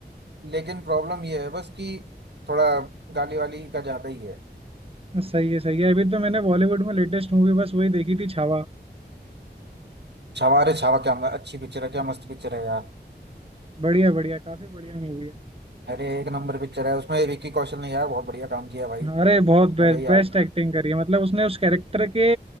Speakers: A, on the right; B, on the right.
A: लेकिन प्रॉब्लम ये है बस कि थोड़ा गाली वाली का ज्यादा ही है
B: सही है सही है अभी तो मैंने बॉलीवुड में लेटेस्ट मूवी बस वही देखी थी छावा
A: छावा अरे छावा क्या म- अच्छी पिक्चर है क्या मस्त पिक्चर है यार
B: बढ़िया बढ़िया काफी बढ़िया मूवी है
A: अरे एक नंबर पिक्चर है उसमें विक्की कौशल ने यार बहुत बढ़िया काम किया भाई
B: अरे बहुत बेस्ट
A: मजा ही आ
B: बेस्ट
A: गया
B: एक्टिंग करी है मतलब उसने उस कैरेक्टर के